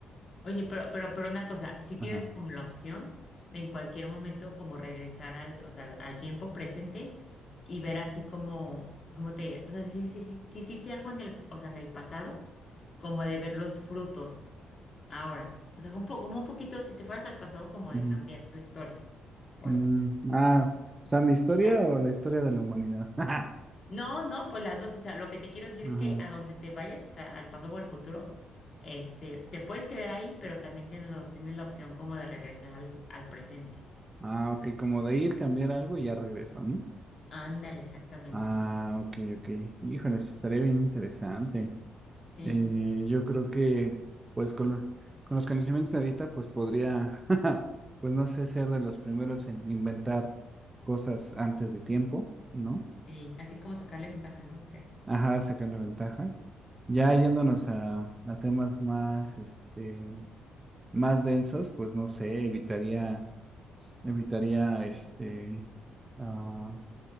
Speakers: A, on the left; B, on the right.
A: Oye, pero, pero, pero una cosa, si tienes
B: Ajá.
A: como la opción de en cualquier momento como regresar al, o sea, al tiempo presente y ver así como, ¿cómo te diré? O sea, si, si, si, si hiciste algo en el, o sea, en el pasado, como de ver los frutos ahora. O sea, como, un po- como un poquito, si te fueras al pasado, como
B: Ujú.
A: de cambiar tu historia, pues.
B: Mm, ah, o sea, ¿mi historia
A: O sea,
B: o la historia de la humanidad? <laughs>
A: No, no, pues las dos, o sea, lo que te quiero decir
B: Ajá.
A: es que a donde te vayas, o sea, al paso o al futuro, este, te puedes quedar ahí, pero también tienes, lo- tienes la opción como de regresar al, al presente.
B: Ah, ok, como de ir, cambiar algo y ya regreso, ¿no?
A: Ándale, exactamente.
B: Ah, ok, ok. Híjoles, pues estaría bien interesante.
A: Sí,
B: Eh, yo creo que, pues, con, lo- con los conocimientos de ahorita, pues podría, <laughs> pues no sé, ser de los primeros en inventar cosas antes de tiempo, ¿no?
A: sí, así como sacarle ventaja, ¿no? ¿O qué?
B: Ajá, sacarle ventaja. Ya yéndonos a, a temas más, este, más densos, pues no sé, evitaría, evitaría, este, ah,